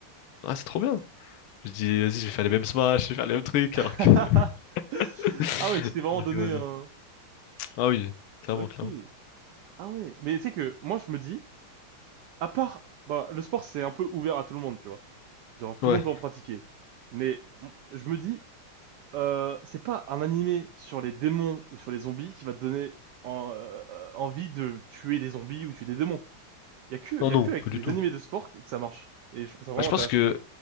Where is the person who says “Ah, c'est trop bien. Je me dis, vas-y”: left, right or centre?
Left